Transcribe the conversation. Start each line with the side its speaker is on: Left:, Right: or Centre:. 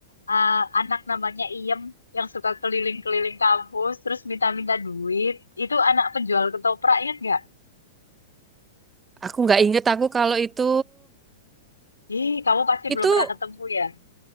Left: ah, anak namanya Iem yang suka keliling-keliling kampus, terus minta-minta duit. Itu anak penjual ketoprak, ingat gak?
Right: Aku nggak inget aku kalau itu
Left: Ih, kamu pasti belum
Right: itu
Left: pernah ketemu ya.